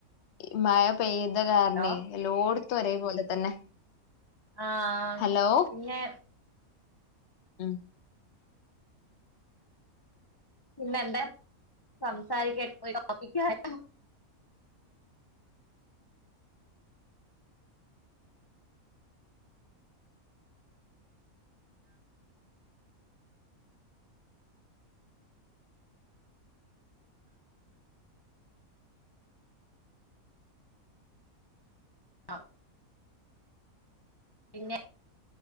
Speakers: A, on the left; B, on the left.
A: ഇ മഴ പെയ്ത കാര്നെ
B: ഹലോ
A: എല്ലോട്ത്തുഒരേ പോലെ തന്നെ
B: ആഹ്
A: ഹലോ
B: പിന്നെ.
A: ആഹ്
B: പിന്നെന്തെ സംസാരിക്യൻ <unintelligible> ആഹ് പിന്നെ